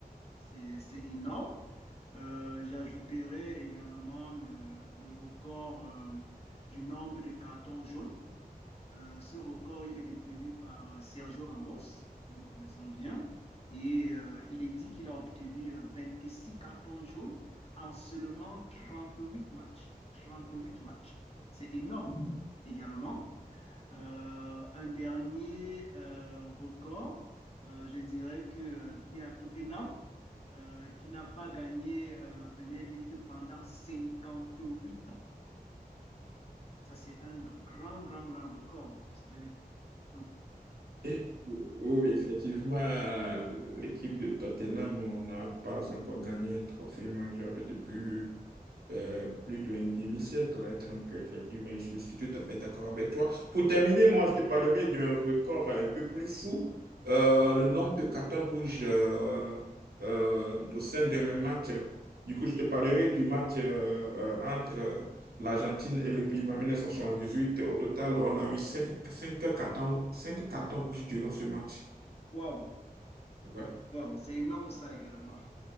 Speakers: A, on the left; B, on the right.
A: C'est, c'est énorme. Euh, j'ajouterai également euh, le record euh, du nombre de cartons jaunes euh, ce record, il est détenu par euh, Sergio Ramos, que nous connaissons bien. Et euh, il est dit qu'il a obtenu euh, 26 cartons jaunes en seulement 38 matchs. 38 matchs. C'est énorme également. Euh, un dernier euh, record, euh, je dirais que, euh, il y a Tottenham euh, qui n'a pas gagné euh, la Première Ligue pendant 58 ans. Ça, c'est un grand, grand, grand record. J'espère. que...
B: Et- Oui, effectivement, l'équipe de Tottenham n'a pas encore gagné un trophée majeur depuis euh, plus d'un demi-siècle. hein. Donc, effectivement, je suis tout à fait d'accord avec toi. Pour terminer, moi, je te parlerai d'un record un peu plus fou, euh, le nombre de cartons rouges euh, euh, au sein d'un même match. Du coup, je te parlerai du match euh, euh, entre l'Argentine et le Pays-Bas en 1978. Au total, on a eu cinq cinq cartons, cinq cartons rouges durant ce match.
A: Waouh!
B: Ouais.
A: Waouh, c'est énorme ça également.